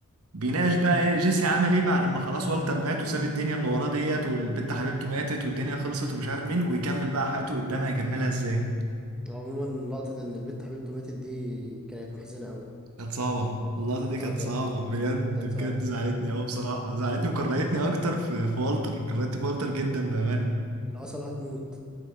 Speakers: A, on the right; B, in the centre.
A: بيناقش
B: امم
A: بقى ايه جيسي عمل ايه بعد ما خلاص والتر مات وساب الدنيا اللي وراه ديت والبت حبيبته ماتت والدنيا خلصت ومش عارف مين ويكمل بقى حياته قدام هيكملها ازاي
B: عموما لقطه ان البت حبيبته ماتت دي كانت محزنه قوي
A: كانت صعبة اللقطة دي كانت
B: اه كا-
A: صعبة بجد
B: كانت
A: بجد
B: صعبه
A: زعلتني قوي بصراحة زعلتني وكرهتني اكتر في في والتر كرهت في والتر جدا بأمانة
B: العصبه هتموت